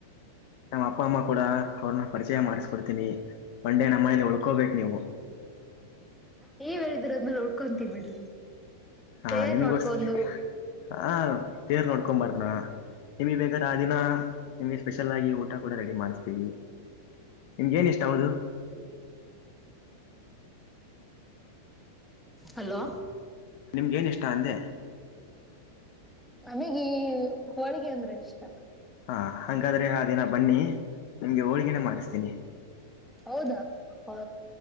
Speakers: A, on the left (about 55°); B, in the centre.
A: ನಮ್ಮ ಅಪ್ಪ ಅಮ್ಮ ಕೂಡ ಅವ್ರನ್ನ ಪರಿಚಯ ಮಾಡಿಸ್ಕೊಡ್ತೀನಿ ಒನ್ ಡೇ ನಮ್ಮನೇಲಿ ಉಳ್ಕೋಬೇಕು ನೀವು.
B: ನೀವ್ ಹೇಳಿದಿರದ್ಮೇಲೆ ಉಳ್ಕೊಂತೀವಿ ಬಿಡ್ರಿ.
A: ಹಾ
B: ತೇರ್
A: ನಿಮ್ಗೋಸ್
B: ನೋಡ್ಕೊಂದು,
A: ಹ ತೇರ್ ನೋಡ್ಕೊ ಬರ್ಣ. ನಿಮ್ಗೆ ಬೇಕಾರೆ ಆ ದಿನ ನಿಮ್ಗೆ ಸ್ಪೆಷಲ್ ಆಗಿ ಊಟ ಕೂಡ ರೆಡಿ ಮಾಡ್ಸ್ತೀವಿ. ನಿಮ್ಗೆ ಏನ ಇಷ್ಟ ಹೌದು.
B: ಹಲೋ.
A: ನಿಮ್ಗೇನ್ ಇಷ್ಟ ಅಂದೆ.
B: ನಮೀಗಿ ಹೋಳಗೆ ಅಂದ್ರೆ ಇಷ್ಟ.
A: ಹಾ ಹಂಗಾದ್ರೆ ಆ ದಿನ ಬನ್ನಿ ನಿಮ್ಗೆ ಹೋಳ್ಗನೆೇ ಮಾಡಿಸ್ತೀನಿ.
B: ಹೌದಾ ಹ.